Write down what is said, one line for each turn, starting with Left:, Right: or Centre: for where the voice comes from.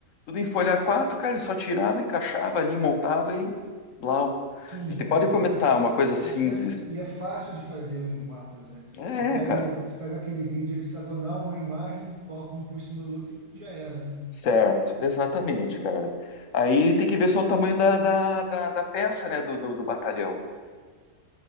Left: tudo em folha A4, cara, ele só tirava, encaixava ali, montava e blau.
Right: Sim,
Left: A gente pode
Right: é, é-
Left: começar
Right: é-
Left: uma coisa simples.
Right: e, é, e é fácil de fazer os mapas, né?
Left: É,
Right: Você pega
Left: cara,
Right: um, você pega aquele grid hexagonal, uma imagem, coloca um por cima do outro e já era, né?
Left: certo, exatamente, cara. Aí tem que ver só o tamanho da, da, da, da peça, né, do, do, do batalhão,